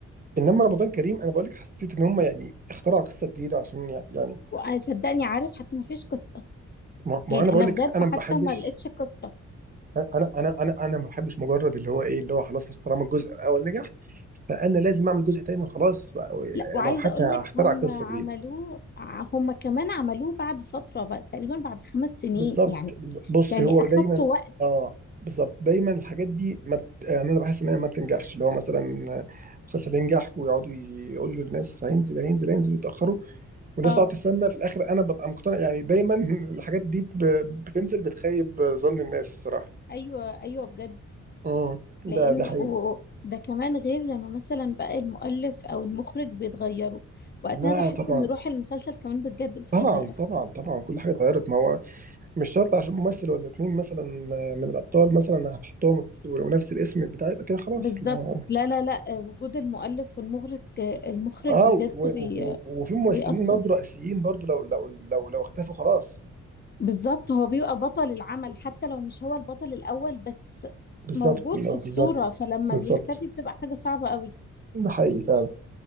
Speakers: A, on the right; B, on the left.
A: إنما رمضان كريم أنا بقولك حسيت إن هم يعني اخترعوا قصة جديدة عشان يع- يعني
B: وصدقني عارف حتى ما فيش قصه
A: ما
B: يعني
A: ما أنا بقولك
B: انا بجد
A: أنا ما
B: حتى
A: بحبش
B: ما لقيتش قصه
A: أنا أنا أنا أنا ما بحبش مجرد اللي هو إيه اللي هو خلاص طالما الجزء الأول نجح فأنا لازم أعمل جزء تاني وخلاص أو- يعني
B: لا وعايزه
A: لو حتى
B: اقول لك
A: هخترع
B: هم
A: قصة
B: عملوه
A: جديدة
B: ع- هم كمان عملوه بعد فتره بقى تقريبا بعد خمس سنين
A: بالظبط
B: يعني
A: بز- بص
B: يعني
A: هو
B: اخدت
A: دايما
B: وقت
A: اه بالظبط دايما الحاجات دي ما بت... يعني انا بحس ان هي ما بتنجحش اللي هو مثلا مسلسل ينجح ويقعدوا يقولوا للناس هينزل هينزل هينزل ويتاخروا والناس
B: اه
A: تقعد تستنى في الاخر انا ببقى مقتنع يعني دايما <laughs> الحاجات دي ب... بتنزل بتخيب ظن الناس الصراحه
B: ايوه ايوه بجد
A: امم
B: لان
A: ده ده حقيقي
B: و- ده كمان غير لما مثلا بقى المؤلف او المخرج بيتغيروا وقتها
A: لا
B: بحس
A: طبعا
B: ان روح المسلسل كمان بجد بتتغير
A: طبعا طبعا طبعا كل حاجه اتغيرت ما هو مش شرط عشان ممثل ولا اتنين مثلا من الابطال مثلا هتحطهم ونفس الاسم بتاعي يبقى كده خلاص
B: بالظبط
A: ما
B: لا لا لا وجود المؤلف والمخرج المخرج
A: اه
B: بجد
A: و- و-
B: بي
A: و- وفي ممثلين
B: بيأثر
A: برضه رئيسيين برضه لو لو لو لو اختفوا خلاص
B: بالظبط هو بيبقى بطل العمل حتى لو مش هو البطل الأول بس
A: بالظبط
B: موجود
A: لا،
B: في الصورة
A: بالظبط
B: فلما
A: بالظبط
B: بيختفي بتبقى حاجة صعبة قوي
A: ده حقيقي فعلا